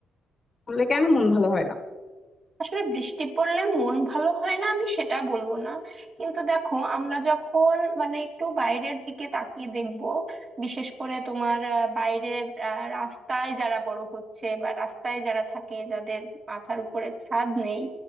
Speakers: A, on the left; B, on the right.
A: পড়লে কেন মন ভালো হয় না
B: আসলে বৃষ্টি পড়লে মন ভালো হয় না আমি সেটা বলবো না কিন্তু দেখো আমরা যখন মানে একটু বাইরের দিকে তাকিয়ে দেখব বিশেষ করে তোমার আহ, বাইরে আহ, রাস্তায় যারা বড় হচ্ছে বা রাস্তায় যারা থাকে যাদের মাথার উপরে ছাদ নেই